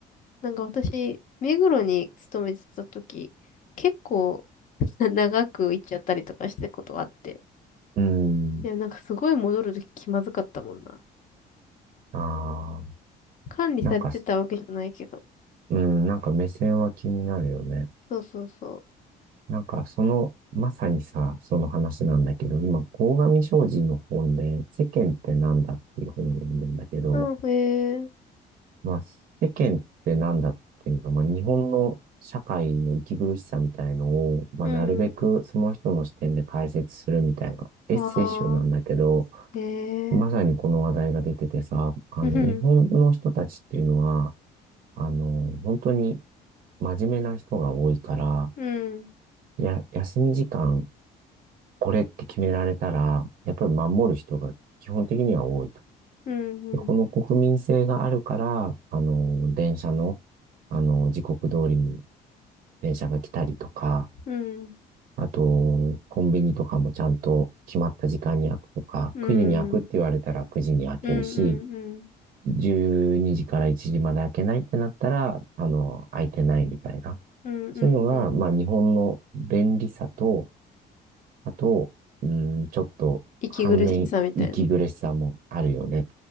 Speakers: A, on the left; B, on the right.
A: なんか私、目黒に勤めてた時、結構 <laughs> 長く行っちゃったりとかしてたことがあって。
B: うん、
A: いや、なんかすごい戻るとき気まずかったもんな。
B: ああ、
A: 管理されてたわけじゃないけど。
B: なんか、うん、なんか目線は気になるよね。
A: そうそうそう。
B: なんかその、まさにさ、その話なんだけど、今、鴻上尚史の本で、世間ってなんだっていう本を読んでんだけど、
A: うん、へえ、
B: まあ、世間ってなんだっていうのは、まあ、日本の社会の息苦しさみたいのを、まあ、
A: うん、
B: なるべくその人の視点で解説するみたいなエッセイ集なんだけど、
A: ああ、へえ、
B: まさにこの話題が出ててさ、あの、
A: うん、
B: 日本の人たちっていうのは、あの、本当に真面目な人が多いから、
A: うん、
B: いや、休み時間、これって決められたら、やっぱり守る人が基本的には多いと。
A: うん、
B: で、この国民性があるから、
A: うん、
B: あの、電車の、あの、時刻通りに電車が来たりとか、
A: うん、
B: あと、コンビニとかもちゃんと決まった時間に開くとか、
A: うん、
B: 9時に開くって言われたら9時に開けるし、
A: うん、うん、うん、
B: 12時から1時まで開けないってなったら、あの、開いてないみたいな。
A: うん、うん、
B: そういうのが、
A: うん
B: まあ、日本の便利さと、あと、うん、ちょっと、
A: 息苦しさみたいな。
B: 反面、息苦しさもあるよね。